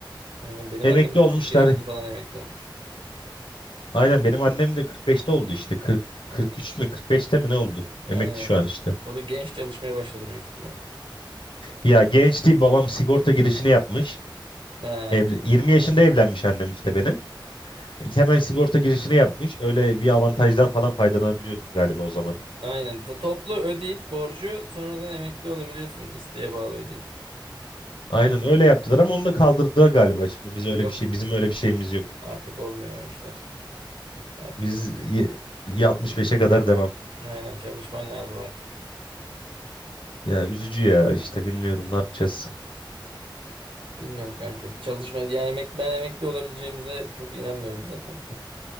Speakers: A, on the right; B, on the left.
A: Aynen benim
B: Emekli
A: annem de
B: olmuşlar.
A: 40 yaşında falan emekli olmuş.
B: Aynen benim annem de 45'te oldu işte. 40, 43 mi 45'te mi ne oldu?
A: Aynen.
B: Emekli şu an işte.
A: O da genç çalışmaya başladı büyük ihtimal.
B: Ya genç değil babam sigorta girişini yapmış.
A: Ha,
B: Evli, 20 yaşında evlenmiş annem işte benim. Hemen sigorta girişini yapmış. Öyle bir avantajdan falan faydalanabiliyorsun galiba o zaman.
A: aynen. To- toplu ödeyip borcu sonradan emekli olabiliyorsun. İsteğe bağlı ödeyip.
B: Aynen öyle yaptılar ama onu da kaldırdılar galiba. Şimdi biz öyle
A: Yok
B: bir şey bizim öyle bir şeyimiz yok.
A: artık olmuyor o işler. Artık
B: Biz y- y- 65'e kadar devam.
A: aynen çalışman lazım artık.
B: Ya üzücü ya işte bilmiyorum ne yapacağız.
A: Bilmiyorum kanka. Çalışma ya emek ben emekli olabileceğimize çok inanmıyorum zaten.